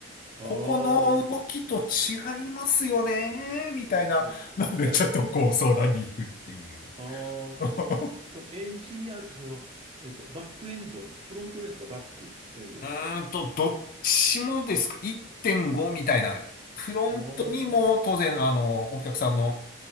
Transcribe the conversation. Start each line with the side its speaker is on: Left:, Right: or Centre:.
Right: ああ、
Left: ここの動きと違いますよね、みたいなので、
Right: え、はい。
Left: ちょっとこう相談に行くっていう。
Right: ああ、
Left: <laughs>
Right: そ、そのエンジニア、その、えっと、バックエンドの、フロントですかバックエンドですか
Left: うーんと、どっちもですか ?1.5 みたいな。フロントにも当然、
Right: ああ、は
Left: あの、お客さんの、